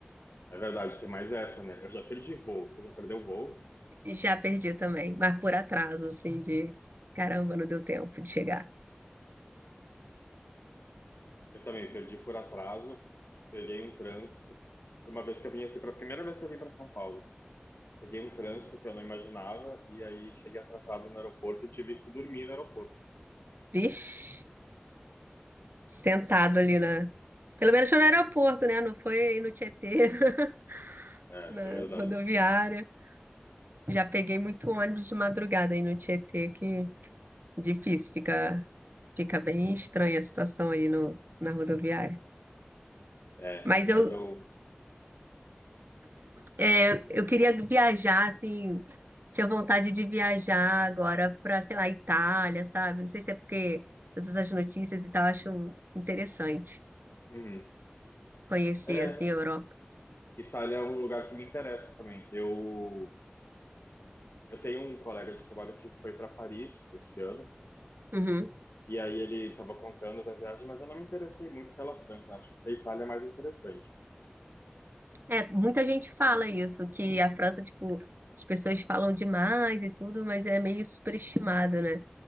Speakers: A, on the left; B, on the right.
A: é verdade, tem mais essa, né? Eu já perdi voo, você já perdeu voo?
B: Já perdi também, mas por atraso, assim, de caramba, não deu tempo de chegar.
A: Eu também perdi por atraso, peguei um trânsito. Foi uma vez que eu vim aqui, para a primeira vez que eu vim para São Paulo. Peguei um trânsito que eu não imaginava, e aí cheguei atrasado no aeroporto e tive que dormir no aeroporto.
B: Vixe, sentado ali na. Pelo menos foi no aeroporto, né? Não foi no Tietê, <laughs>
A: É, é verdade.
B: na rodoviária. Já peguei muito ônibus de madrugada aí no Tietê, que difícil, fica, fica bem estranha a situação aí no, na rodoviária.
A: É,
B: Mas
A: mas
B: eu,
A: eu.
B: é, eu queria viajar, assim, tinha vontade de viajar agora para, sei lá, Itália, sabe? Não sei se é porque essas notícias e tal, eu acho interessante
A: Uhum.
B: conhecer,
A: É,
B: assim, a Europa.
A: Itália é um lugar que me interessa também. Eu Eu tenho um colega de trabalho que foi para Paris esse ano,
B: Uhum.
A: e aí ele estava contando da viagem, mas eu não me interessei muito pela França, né? acho que a Itália é mais interessante.
B: É, muita gente fala isso, que a França, tipo, as pessoas falam demais e tudo, mas é meio superestimada, né?